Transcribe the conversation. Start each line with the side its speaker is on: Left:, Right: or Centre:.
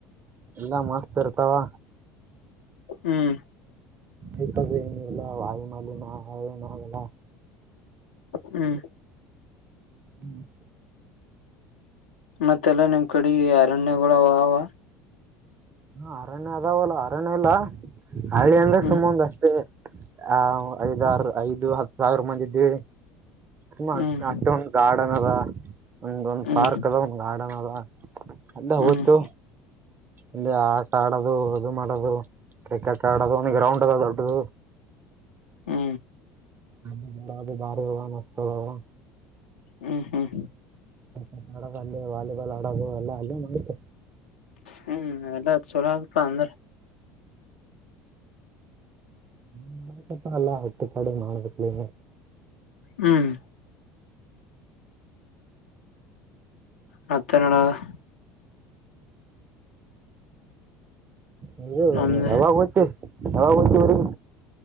Right: ಎಲ್ಲ ಮಸ್ತ್ ಇರ್ತಾವ.
Left: ಹ್ಮ್.
Right: ಇ ಏನು ಇಲ್ಲ ವಾಯು ಮಾಲಿನಏನಲ್ಲ.
Left: ಹ್ಮ್.
Right: ಹ್ಮ್
Left: ಮತ್ತೆಲ್ಲ ನಿಮ್ ಕಡೆ ಅರಣ್ಯಗಳ ಅವ ಅವ.
Right: ಹ ಅರಣ್ಯ ಅದಾವಲ್ಲ ಅರಣ್ಯ ಇಲ್ಲ ಹಳ್ಳಿ ಅಂದ್ರೆ
Left: ಹ್ಮ್
Right: ಸುಮ್ಮಂದ ಅಷ್ಟೇ. ಹ ಐದಾರು ಐದು ಹತ್ತು ಸಾವಿರ ಮಂದ ಇದೀ ತುಂಬಾಂ
Left: ಹ್ಮ್
Right: ಅಷ್ಟ ಉಂಟ. ಗಾರ್ಡನ್ ಅದ ಒಂದ ಒಂದ್
Left: ಹ್ಮ್
Right: ಪಾರ್ಕ್ ಅದ ಒಂದ್ ಗಾರ್ಡನ್ ಅದ ಅ
Left: ಹ್ಮ್
Right: ಹತ್ತು. ಇಲ್ಲಿ ಆಟ ಆಡೋದು ಇದು ಮಾಡೋದು ಕ್ರಿಕೆಟ್ ಆಡೋದು ಗ್ರೌಂಡ್ ಅ ದೊಡ್ಡದು.
Left: ಹ್ಮ.
Right: ಅ ಬ ಬಾರಿವುಳ್ಳ ಮಸ್ತ ಅದವಾ.
Left: ಹ್ಮ್ ಹ್ಮ್
Right: ಕ್ರಿಕೆಟ್ ಆಡೋ ಅಲ್ಲಿ ವಾಲಿಬಾಲ್ ಆಡೋದು ಎಲ್ಲ ಅಲ್ಲ ನೋತ.
Left: ಹ್ಮ್ ಎಲ್ಲ ಚಲ ಆಗ್ತ ಅಂದ್ರೆ.
Right: ಹ ಮಾಡ್ಬೇಕಪ್ಪ ಅಲ್ಲಾ ಒಟ್ಟು ಕಡೆ ಮಾಡ್ಬೇಕಕ್ಲ.
Left: ಹ್ಮ್. ಮತ್ತೆ ಏನ್ ನಡದ್ದ.
Right: ಇದು
Left: ನಮ್ದ
Right: ಯಾವಾಗ ಹೊಂಟ್ಟಿ. ಯಾವಗ್ ಹೊಂಟ್ಟಿ ಊರಿಗೆ.